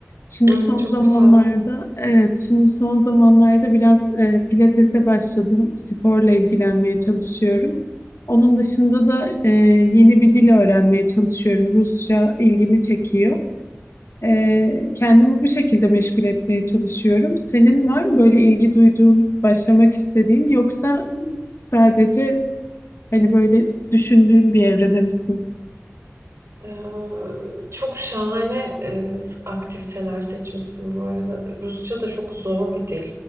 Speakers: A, on the left (about 60°); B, on the right (about 65°).
A: Şimdi
B: Hmm,
A: son
B: çok
A: zamanlarda,
B: güzel.
A: evet, şimdi son zamanlarda biraz e, pilatese başladım. Sporla ilgilenmeye çalışıyorum. Onun dışında da e, yeni bir dil öğrenmeye çalışıyorum. Rusça ilgimi çekiyor. E, kendimi bu şekilde meşgul etmeye çalışıyorum. Senin var mı böyle ilgi duyduğun, başlamak istediğin yoksa sadece hani böyle düşündüğün bir evrede misin?
B: Ee, çok şahane e, aktiviteler seçmişsin bu arada. Rusça da çok zor bir dil.